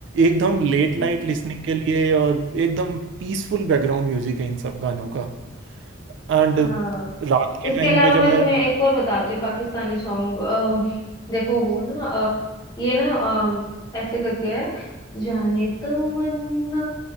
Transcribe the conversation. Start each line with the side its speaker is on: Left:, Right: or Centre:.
Right: एकदम लेट
Left: हम्म।
Right: नाइट लिसनिंग के लिए और एकदम पीसफुल बैकग्राउंड म्यूजिक है इन सब गानों का एंड
Left: हाँ
Right: रात
Left: इसके
Right: के टाइम
Left: अलावा
Right: पे
Left: मैं
Right: जब मेरा
Left: तुम्हें एक और बताती हूँ पाकिस्तानी सॉन्ग देखो वो ना अ, ये ना अम, ऐसे करके है जाने तमन्ना